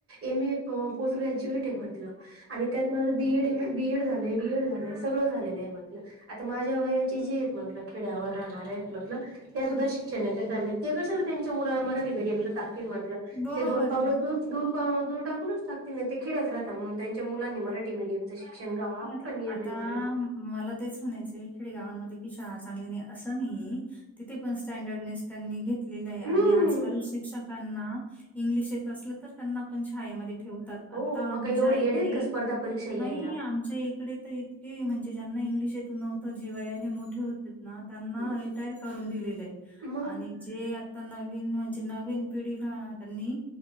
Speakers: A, on the right; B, in the centre.
A: एम ए पो पोस्ट ग्रॅज्युएट आहे म्हटलं आणि त्यात B Ed M A B Ed झालेय. बीएड झालंय सगळं झालेलं आहे म्हटलं आता माझ्या वयाची जी आहेत म्हटलं खेड्यावर राहणार आहेत म्हंटलं त्या सुद्धा शिक्षण हाय. <unintelligible> ते कशाला त्यांच्या मुलाला मराठी मडयमला टाकेल म्हटलं
B: बरोबर
A: ते दोन पावलं
B: आहे.
A: दूर दोन पाव दूर टाकूनच टाकतील नाही ते खेड्यात राहाता म्हणून त्यांच्या मुलांनी मराठी मिडियमच शि शेंगा <unintelligible>
B: हे आता
A: नाही
B: आता
A: म्हटलं.
B: मला तेच म्हणायचं खिडेगावांमध्ये की शाळा चांगली नाही असं नाहीये तिथे पण स्टँडर्डनेस त्यांनी घेतलेलं आहे आणि
A: हम्म
B: आज कारण शिक्षकांना इंग्लिश येत असलं तर, त्यांना पण छायेमध्ये ठेवतात. आता
A: हो मग
B: आमच्या
A: काय एवढे येडे
B: इकडे,
A: आहेत का स्पर्धा परीक्षा घ्यायला
B: नाही आम आच्या इकडे तर इतके म्हणजे, ज्यांना इंग्लिश येत न्हवतं, जे वयाने मोठे होते ना त्यांना
A: हं,
B: रिटायर करून दिलेलेय
A: मग
B: आणि जे नवीन म्हणजे, नवीन पिढीला त्यांनी